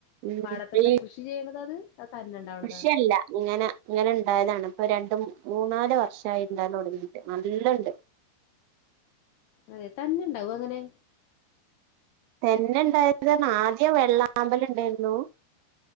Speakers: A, on the right (about 85°); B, on the left (about 80°).
A: ഉം
B: പാടത്തെന്ത
A: ഈ
B: കൃഷി ചെയ്യണത അത് തന്നെ ഉണ്ടാവണതാ
A: കൃഷിയല്ല ഇങ്ങനെ ഇങ്ങനെ ഇണ്ടായതാണ് ഇപ്പൊ രണ്ടും മൂന്നാല് വർഷയിണ്ടാലോ ഒടുങ്ങിട്ട് നല്ലണ്ട്
B: അതെ തന്നുണ്ടാവോ അങ്ങനെ
A: തന്നെ ഇണ്ടായത് ആദ്യ വെള്ളാമ്പൽ ഇണ്ടായിരുന്നു